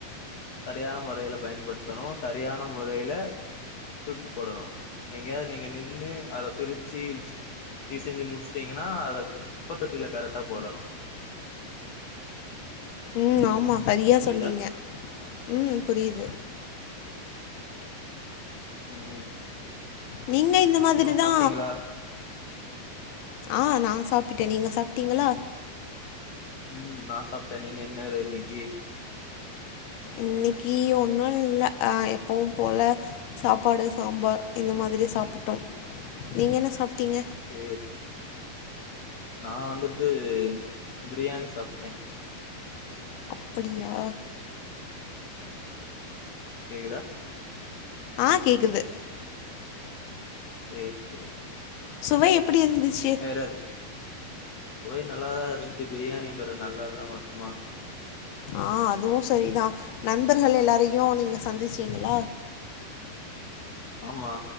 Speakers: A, on the left; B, on the left.
A: சரியான முறையில பயன்படுத்தணு சரியான முறையில தூக்கி போடணு எங்கயாது நீங்க நின்னு அத பிரிச்சு இ செஞ்சு முடிச்சுட்டிங்கனா அத குப்ப தொட்டில கரெட்டா போடணு
B: ம் ஆமா சரியா
A: புரியுதா
B: சொன்னிங்க ம் புரியுது
A: ம்
B: நீங்க இந்த மாதிரிதா
A: அப்றோ சாப்ட்டீங்களா
B: ஆ நா சாப்பிட்டே நீங்க சாப்ட்டிங்களா
A: ம் நா சாப்ட்ட நீங்க என்னது இன்னைக்கு
B: இன்னிக்கு ஒன்னு இல்ல அ எப்பவு போல சாப்பாடு சாம்பார் இந்த மாதிரி சாப்பிட்டோ நீங்க என்ன சாப்ட்டீங்க
A: சேர் நா வந்துட்டு பிரியாணி சாப்ட்டே
B: அப்படியா
A: கேகுதா
B: ஆ கேக்குது
A: சேர் சேர்
B: சுவை எப்பிடி இருந்துச்சு
A: பெற தோழி நல்லாதா இருந்துச்சு பிரியாணி பெற நல்லா இல்லாம இருக்குமா
B: ஆ அதுவு சரிதா நண்பர்கள் எல்லாரையு நீங்க சந்திச்சீங்கள
A: ஆமா